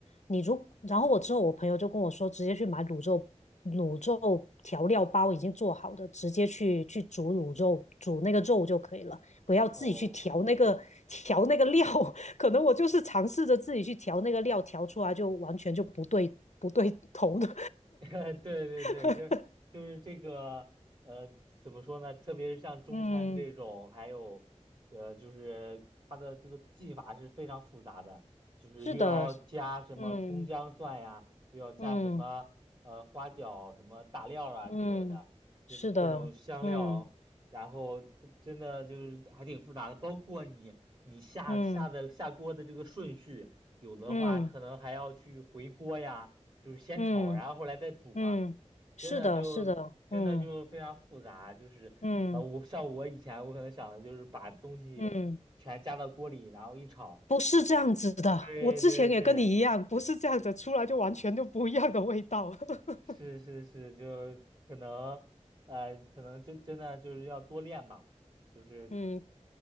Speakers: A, on the left; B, on the right.
A: 你如，然后我之后我朋友就跟我说，直接去买卤肉卤肉调料包已经做好的，直接去去煮卤肉，煮那个肉就可以了，不要自己去调那个调那个料。
B: 哦。
A: <laughs> 可能我就是尝试着自己去调那个料，调出来就完全就不对不对头的。
B: <laughs> 对对对，
A: <laughs>
B: 就就是这个，呃，怎么说呢？特别是像中餐这种，
A: 嗯，
B: 还有，呃，就是它的这个技法是非常复杂的，就是又要加什么葱姜蒜呀，
A: 是的，嗯
B: 又要加什么呃花椒、
A: 嗯
B: 什么大料啊之类的，
A: 嗯，
B: 这种各种香料，
A: 是的，嗯
B: 然后它真的就是还挺复杂的，包括你你下下的下锅的这个顺序，
A: 嗯
B: 有的话可能还要去回锅呀。
A: 嗯
B: 就是先炒，
A: 嗯
B: 然后后来再煮嘛，
A: 嗯，是的，
B: 真的就真的就非常复杂，
A: 是的，嗯
B: 就是呃，
A: 嗯
B: 我像我以前我可能想的就是把东西全加到锅里，
A: 嗯。
B: 然后一炒，
A: 不是这样子的，
B: 对对对，
A: 我之前也跟你一样，不是这样子，出来就完全都不一样的味道。<laughs>
B: 是是是，就可能呃，可能真真的就是要多练吧，就是
A: 嗯，